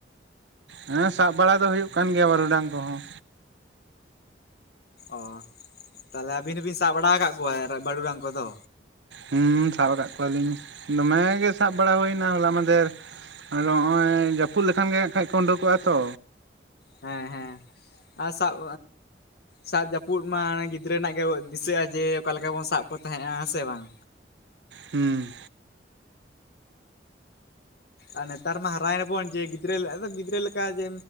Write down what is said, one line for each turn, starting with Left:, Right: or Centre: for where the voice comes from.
Right: ᱦᱮᱸ ᱥᱟᱵ ᱵᱟᱲᱟ ᱫᱚ ᱦᱩᱭᱩᱜ ᱠᱟᱱ ᱜᱮᱭᱟ ᱵᱟᱹᱨᱩᱰᱟᱝ ᱠᱚᱦᱚᱸ᱾
Left: ᱚ ᱛᱟᱦᱚᱞᱮ ᱟᱹᱵᱤᱱ ᱦᱚᱸᱵᱤᱱ ᱥᱟᱵ ᱵᱟᱲᱟ ᱠᱟᱫ ᱠᱚᱣᱟ ᱵᱟᱹᱨᱩ ᱰᱟᱝ ᱠᱚᱫᱚ?
Right: ᱦᱮᱸ ᱥᱟᱵ ᱠᱟᱫ ᱠᱚᱣᱟᱞᱤᱧ ᱫᱚᱢᱮ ᱜᱮ ᱥᱟᱵ ᱵᱟᱲᱟ ᱦᱩᱭᱱᱟ ᱦᱚᱞᱟ ᱢᱟᱫᱷᱮᱨ, ᱟᱫᱚ ᱦᱚᱸᱜᱼᱚᱭ ᱡᱟᱹᱯᱩᱫ ᱞᱮᱠᱷᱟᱱ ᱜᱮ ᱦᱟᱸᱜ ᱠᱷᱡ ᱠᱚ ᱩᱰᱩᱠᱚᱜᱼᱟ ᱛᱚ᱾
Left: ᱦᱮᱸ ᱦᱮᱸ ᱟ ᱥᱟᱵ ᱥᱟᱵ ᱡᱟᱹᱯᱩᱫ ᱢᱟ ᱜᱤᱫᱽᱨᱟᱹ ᱨᱮᱱᱟᱜ ᱜᱮ ᱫᱤᱥᱟᱹᱜᱼᱟ ᱡᱮ ᱚᱠᱟ ᱞᱮᱠᱟ ᱵᱚᱱ ᱥᱟᱵ ᱠᱚ ᱛᱟᱦᱮᱸᱜᱼᱟ ᱦᱮᱸ ᱥᱮ ᱵᱟᱝ?
Right: ᱦᱩᱸ᱾
Left: ᱟᱨ ᱱᱮᱛᱟᱨ ᱢᱟ ᱦᱟᱨᱟᱭᱱᱟᱵᱚᱱ ᱡᱮ ᱜᱤᱫᱽᱨᱟᱹ ᱜᱤᱫᱽᱨᱟᱹ ᱞᱮᱠᱟ ᱡᱮ